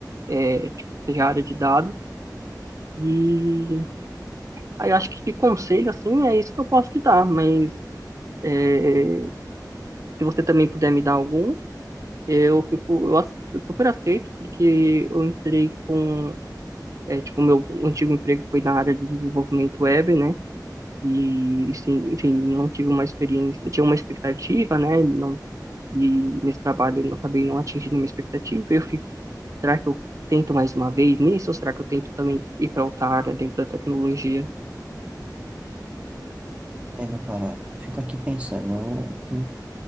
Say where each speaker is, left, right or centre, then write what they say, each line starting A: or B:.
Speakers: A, on the right; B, on the right.
A: é, tipo, seja a área de dados. E aí eu acho que de conselho, assim, é isso que eu posso te dar, mas é, se você também puder me dar alguns, Eu fico, eu, ace- eu super aceito, porque eu entrei com, é, tipo, meu antigo emprego foi na área de desenvolvimento web, né? E, sim, enfim, não tive uma experiência, eu tinha uma expectativa, né? Não, e nesse trabalho eu não- acabei não atingindo a minha expectativa. Eu fico, será que eu tento mais uma vez nisso? Ou será que eu tento também ir para outra área dentro da tecnologia?
B: Entendo, cara, eu fico aqui pensando que